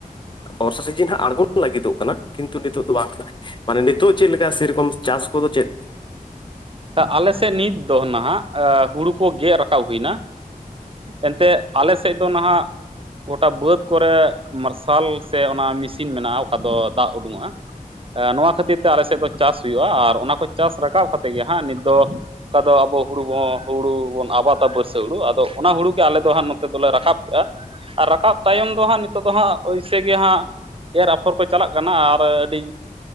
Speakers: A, on the left; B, on the right.
A: ᱵᱚᱨᱥᱟ ᱥᱤᱡᱤᱱ ᱦᱟᱸᱜ ᱟᱬᱜᱚᱱ ᱞᱟᱹᱜᱤᱫᱚᱜ ᱠᱟᱱᱟ, ᱠᱤᱱᱛᱩ ᱱᱤᱛᱚᱜ ᱫᱚ ᱵᱟᱝ ᱠᱟᱱᱟ᱾ ᱢᱟᱱᱮ ᱱᱤᱛᱚᱜ ᱪᱮᱫ ᱞᱮᱠᱟ, ᱥᱮᱨᱚᱠᱚᱢ ᱪᱟᱥ ᱠᱚᱫᱚ ᱪᱮᱫ!
B: ᱟᱞᱮᱥᱮᱫ ᱱᱤᱛ ᱫᱚ ᱱᱟᱦᱟᱜ, ᱦᱩᱲᱩ ᱠᱚ ᱜᱮᱫ ᱨᱟᱠᱟᱵ ᱦᱩᱭ ᱮᱱᱟ᱾ ᱮᱱᱛᱮᱫ ᱟᱞᱮ ᱥᱮᱫ ᱫᱚ ᱱᱟᱦᱟᱜ! ᱜᱚᱴᱟ ᱵᱟᱹᱫᱽ ᱠᱚᱨᱮ ᱢᱟᱨᱥᱟᱞ ᱥᱮ ᱚᱱᱟ ᱢᱮᱥᱤᱱ ᱢᱮᱱᱟᱜᱼᱟ, ᱚᱠᱟ ᱫᱚ ᱫᱟᱜ ᱩᱰᱩᱠᱚᱜᱼᱟ᱾ ᱱᱚᱣᱟ ᱠᱷᱟᱹᱛᱤᱨ ᱛᱮ ᱟᱞᱮ ᱥᱮᱫ ᱫᱚ ᱪᱟᱥ ᱦᱩᱭᱩᱜᱼᱟ, ᱟᱨ ᱚᱱᱟ ᱠᱚ ᱪᱟᱥ ᱨᱟᱠᱟᱵ ᱠᱟᱛᱮᱫ ᱜᱮ ᱦᱟᱸᱜ ᱱᱤᱛ ᱫᱚ᱾ ᱚᱠᱟ ᱫᱚ ᱟᱵᱚ ᱦᱩᱲᱩ ᱵᱚᱱ ᱦᱩᱲᱩ ᱵᱚᱱ ᱟᱵᱟᱛᱟ ᱵᱟᱹᱨᱥᱟᱹ ᱦᱩᱲᱩ ᱟᱫᱚ ᱚᱱᱟ ᱦᱩᱲᱩ ᱜᱮ ᱟᱞᱮ ᱫᱚ ᱦᱟᱸᱜ ᱱᱚᱛᱮ ᱫᱚᱞᱮ ᱨᱟᱠᱟᱵ ᱠᱮᱫᱼᱟ᱾ ᱟᱨ ᱨᱟᱠᱟᱵ ᱛᱟᱭᱚᱢ ᱫᱚ ᱦᱟᱸᱜ ᱱᱤᱛᱚᱜ ᱫᱚ ᱦᱟᱸᱜ ᱳᱭᱥᱮ ᱜᱮ ᱦᱟᱸᱜ ᱮᱨ ᱟᱯᱷᱚᱨ ᱠᱚ ᱪᱟᱞᱟᱜ ᱠᱟᱱᱟ ᱟᱨ ᱟᱹᱰᱤ,